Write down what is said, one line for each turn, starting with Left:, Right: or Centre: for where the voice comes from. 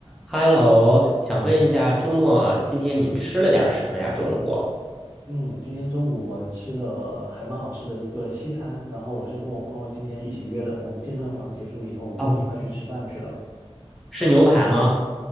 Centre: Hello，想问一下，周末今天你吃了点儿什么呀？中午
Right: 嗯，今天中午我吃了还蛮好吃的一个西餐，然后我是跟我朋友今天一起约的，我们健身房结束以后，我们就一块去吃饭去了。
Centre: 哦，是牛排吗？